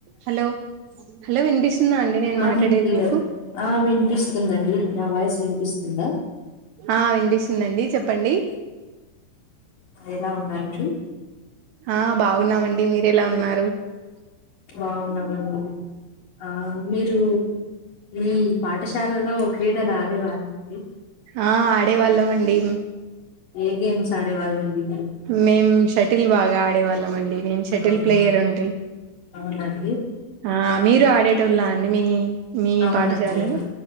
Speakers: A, on the right; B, on the left.
A: Hello hello వినిపిస్తుందా అండి నేను
B: ఆ
A: మాట్లాడేది
B: దీప్తి గారు
A: మీకు
B: ఆ వినిపిస్తుందండి నా వాయిస్ వినిపిస్తుందా
A: ఆ వినిపిస్తుందండి చెప్ప చెప్పండి
B: ఎలా ఉన్నారండి
A: ఆ బాగున్నామండి మీరు ఎలా ఉన్నారు దొ
B: బాగున్నామండి ఆ మీరు ఊ పాఠశాలలో క్రీడలు ఆడేవారాండి
A: ఆ ఆడేవాళ్ళం అండి
B: ఏ గేమ్స్ ఆడేవాళ్లండి
A: మేం షటిల్ బాగా ఆడేవాళ్ళం అండి నేను షటిల్
B: అవును
A: ప్లేయర్ ఉంటి
B: అవునండి
A: ఆ మీరు అడేటోల్ల అండి మీ మీ
B: అవునండి
A: పాఠశాలలో